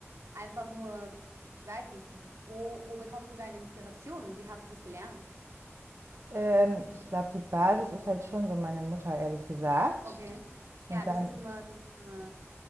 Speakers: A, on the right (about 80°); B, on the right (about 60°).
A: einfach nur, ich weiß nicht, wo, wo bekommst du deine Inspiration und wie hast du das gelernt?
B: Ähm, ich glaube, die Basis ist halt schon so meine Mutter, ehrlich gesagt.
A: Okay. Ja,
B: Und
A: das
B: dann
A: ist immer, das ist immer